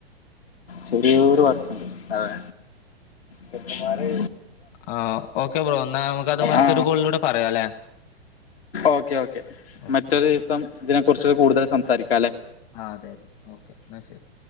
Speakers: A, on the left; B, on the left.
A: ചെറിയോരു വർക്കുണ്ട് അതെ ചെക്കമാര്
B: അത് ഓക്കെ ബ്രോ എന്നാ നമുക്കത് മറ്റൊരു
A: ആ
B: കോളിലൂടെ പറയാല്ലെ
A: ഓക്കെ ഓക്കെ
B: ഓക്കെ
A: മറ്റൊരു
B: ശരി
A: ദിവസം ഇതിനെ കുറിച്ച് കൂടുതല് സംസാരിക്കാല്ലേ
B: ആഹ് അതെ ഓക്കെ അന്നാ ശരി